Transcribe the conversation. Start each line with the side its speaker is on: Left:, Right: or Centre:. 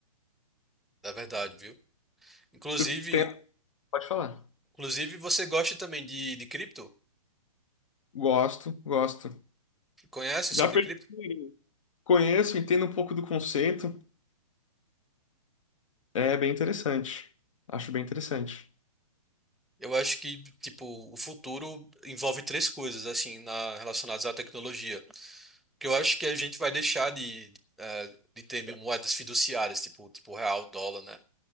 Centre: É verdade, viu? Inclusive,
Left: Você tem- Pode falar.
Centre: inclusive você gosta também de, de cripto?
Left: Gosto, gosto.
Centre: Conhece
Left: Já
Centre: sobre
Left: perdi.
Centre: cripto?
Left: o dinheirinho. Conheço, entendo um pouco do conceito. É bem interessante. Acho bem interessante.
Centre: Eu acho que, tipo, o futuro envolve três coisas, assim, na, relacionadas à tecnologia. Que eu acho que a gente vai deixar de, eh, de ter moedas fiduciárias, tipo, tipo real, dólar, né?